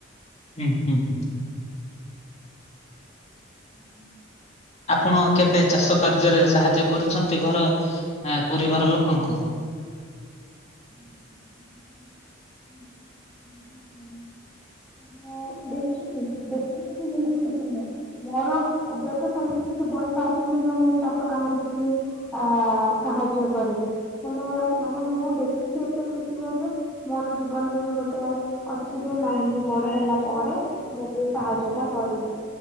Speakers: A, on the left; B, in the centre.
A: ହୁଁ ହୁଁ ହୁଁ।
B: ହୁଁ।
A: ଆପଣ କେବେ ଚାଷ କାର୍ଯ୍ୟରେ ସାହାଯ୍ୟ କରିଛନ୍ତି ଘର ଆ ପୁରିବାର ଲୋକଙ୍କୁ।
B: ହ। <unintelligible> ମୁଁ ଦେଖିଥିଲି ଦେଖିଥିଲ ମୁ ବହୁତ ଖିସି ନୁହେଁ ମୋର ଏବେ ତ ସେମିତି କିଛି ବୟସ ଆସିନି ଯେ ମୁଁ ଚାଷ କାମରେ କିଛି। ଅ ସାହାଯ୍ୟ କରିବି ହେଲେ ମାନେ ମୁଁ ଦେଖିକି ଏତେ ଖୁସି ହୁଏ ଯେ। ମୋର ଜୀବନରେ ବି ଗୋଟେ। ଅଛି ଯେ ନାଇଁ ମୁଁ ବଡ ହେଲା ପରେ ମୁଁ ସେ ସାହାଯ୍ୟ ଟା କରିବି।